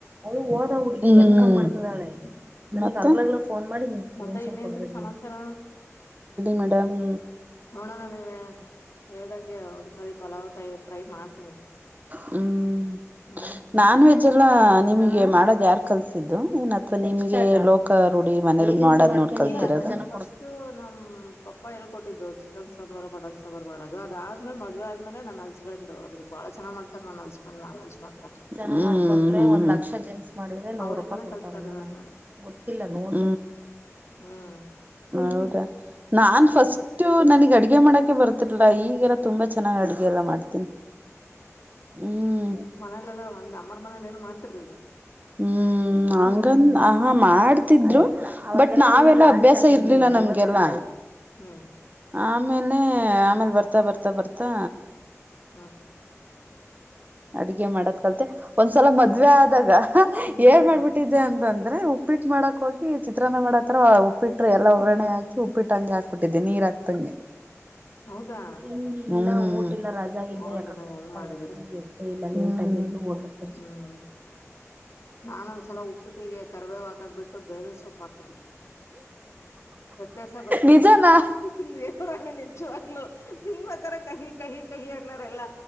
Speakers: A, on the right (about 30°); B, on the left (about 60°).
A: ಅವಳು ಹೋದ ಹುಡುಗಿ ಎ ಮಾಡ್ತದಾಳೆ
B: ಹ್ಮ್ ಹ್ಮ್ ಹ್ಮ್
A: ನನ್ಗ್ ಅಗ್ಲಗ್ಲ ಫೋನ್ ಮಾಡಿ
B: ಮತ್ತೆ ಇನ್ನೇನ್ರಿ
A: ಕೊಬೇ ಹೇಳಿ
B: ಸಮಾಚಾರ
A: ಮೇಡಮ್
B: ನೋಡೋಣ ನೀವೇ ಹೇಳ್ದಂಗೆ ಒಂದ್ಸರಿ ಪಲಾವ್ ಟೈ ಟ್ರೈ ಮಾಡ್ತೀನಿ
A: ಹ್ಮ್
B: ಹ್ಮ್
A: ನಾನು ಹೆ ಲ್ಲ ನಿಮಗೆ ಮಾಡೋದ್ ಯಾರ್ು ಕಲ್ಸಿದ್ದು ಏನ್ ಅಥವಾ ನಿಮಗೆ ಲೋಕ ರೂಡಿಿ ಮನೆ ಮಾಡದ್ ನೋಡ್ಕಲ್ತರಂತ್ರ
B: ಇಲ್ಲ ನನ್ಗ್ ಫಸ್ಟು ನಮ್ ಪಪ್ಪ ಹೇಳ್ಕೊಟ್ಟಿದ್ದು ಚಿಕನ್ ಸಾಂಬಾರು ಬಟನ್ ಸಾಂಬಾರು ಮಾಡೋದು ಅದಾದ್ಮೇಲೆ ಮದ್ವೆ ಆದ್ಮೇಲೆ ನನ್ ಹಸ್ಬಂಡ್ ಅದ್ ಬಾಳ ಚೆನ್ನ ಮಾಡ್ತಾರೆ ನನ್ ಹಸ್ಬೆಂಡ್ ನ ಮಾತ್ರ
A: ಜನೆ ಒಂದ್ ಲಕ್ಷ ಜೆಮ್ಸ್ ಮಾಡಿದ್ರೆ ನೂರ್
B: ಅವ್ರಿಂದನೇ
A: ರೂಪಾಯಿ ಕೊಡ್ತಾರಲ್ಲ
B: ಕಲ್ತ್ಕೊಂಡಿರೋದ್
A: ನನ್ಗೆ
B: ನಾನು.
A: ಗೊತ್ತಿಲ್ಲ ನೋಡ್
B: ಹ್ಮ್
A: ಹೌದಾ ನಾನ್
B: ಹೌದು.
A: ಫಸ್ಟ್ ನನಗ್ ಅಡಿ ಅಗೆ ಮಾಡಕ್ಕೆೆ ಬರ್ತಿಲ್ಲಾ ಈಗ ಅಗೆಲ್ಲ ತುಂಬಾ ಚೆನ್ನಾಗ್ ಅಡುಗೆ ಎಲ್ಲ ಮಾಡ್ತೀನಿ ಹ್ಮ್
B: ಮನೇಲೆೆಲ್ಲಾ ಒಂದ ಅಮ್ಮರ್ ಮನೇಲಿ ಏನು ಮಾಡ್ತಿರ್ಲ್ವ
A: ಹ್ಮ್ ಹಂಗನ್ ಆಹಾ ಮಾಡ್ತಿದ್ರು ಬಟ್ ನಾವೆಲ್ಲ ಅಭ್ಯಾಸ ಇರ್ಲಿಲ್ಲ ನಮ್ಗೆಲ್ಲ
B: ಹ್ಮ್
A: ಆಮೇಲೆ ಆಮೇಲೆ ಬರ್ತಾ ಬರ್ತಾ ಬರ್ತಾ
B: ಹ್ಮ
A: ಅಡ್ಗೆ ಮಾಡದ್ ಕಲ್ತೆ ಒಂದ್ಸಲ ಮದ್ವೆ ಆದಾಗ ಏನ್
B: ಹ್ಮ್
A: ಮಾಡ್ಬಿಟ್ಟಿದ್ದೆ ಅಂತಂದ ಉಪ್ಪಿಟ್ಟ ಮಾಡಕ್ ಹೋಗಿ ಚಿತ್ರ ಮಾಡತ್ರ ಉಪ್ಪಿಟ್ಟ್ರ ಎಲ್ಲ ಒಬ್್ರರಣೆ ಹಾಕಿ ಉಪ್ಪಿಟ್ಟ ಹಂಗೆ ಹಾಕ್ಬಿಟ್ಟಿದ್ದೆ ನೀರ ಆತಂ
B: ಹೌದಾ?
A: ತಿಂಡ ಊಟಲ್ಲ ರಜಾಗಿದ್ದೆ
B: ನೋಡ್ರಿ
A: ಯಾಕ
B: ನೀವ್
A: ಸ
B: ಹೆಂಗ್ ಮಾಡಿದೀರ.
A: ಎಂತ ಇಲ್ಲ ೋಲಕ
B: ಹ್ಮ್ ನಾನೊಂದ್ಸಲ ಉಪ್ಪಟ್ಟಿಗೆ ಕರ್ಬೇ ಹಾಕದ್ ಬಿಟ್ಟು ಬೇವಿನ ಸೊಪ್ಪ ಹಾಕ್ಬಿಟ್ಟಿದ್ದೆ. ವ್ಯತ್ಯಾಸ ಗೊತ್ತಿಲ್ದ
A: ನಿಜಾನಾ
B: ಹ ದೇವರಾಣೆ ನಿಜವಾಗ್ಲೂ. ನಿನ್ವಕರ ಕಹಿ ಕಹಿ ಕಹಿ ಅನ್ನರೆಲ್ಲ